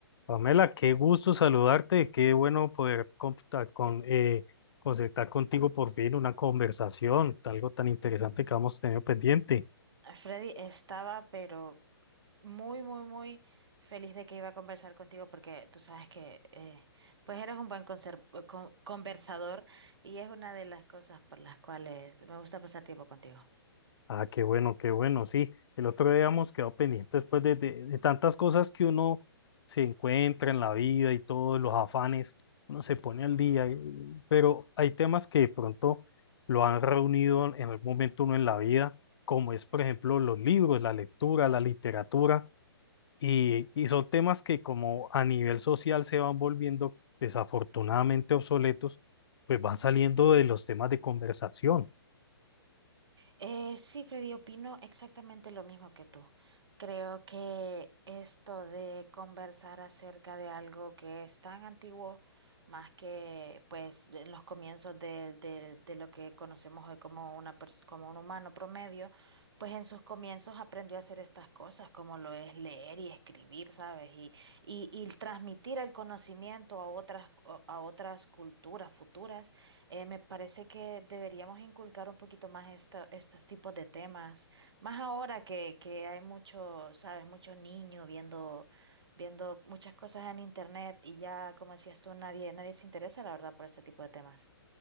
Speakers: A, on the left; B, on the right.
A: Pamela, qué gusto saludarte, qué bueno poder conta- con, eh, concertar contigo por fin una conversación, algo tan interesante que hemos tenido pendiente.
B: Freddy estaba, pero muy, muy, muy feliz de que iba a conversar contigo porque tú sabes que, eh, pues eres un buen conser- con- conversador y es una de las cosas por las cuales me gusta pasar tiempo contigo.
A: Ah, qué bueno, qué bueno, sí. El otro día hemos quedado pendientes después de, de- de tantas cosas que uno se encuentra en la vida y todos los afanes, uno se pone al día, y- pero hay temas que de pronto lo han reunido en algún momento uno en la vida, como es, por ejemplo, los libros, la lectura, la literatura Y, y son temas que como a nivel social se van volviendo desafortunadamente obsoletos, pues van saliendo de los temas de conversación.
B: Eh, sí, Freddy, opino exactamente lo mismo que tú. Creo que esto de conversar acerca de algo que es tan antiguo, más que pues en los comienzos de, de- de lo que conocemos hoy como una pers- como un humano promedio, pues en sus comienzos aprendió a hacer estas cosas, como lo es leer y escribir, ¿sabes? Y, y, y transmitir el conocimiento a otras, a otras culturas futuras. Eh, me parece que deberíamos inculcar un poquito más esto- estos tipos de temas, más ahora que, que hay mucho, sabes, muchos niños viendo, viendo muchas cosas en internet y ya, como decías tú, nadie, nadie se interesa, la verdad, por este tipo de temas.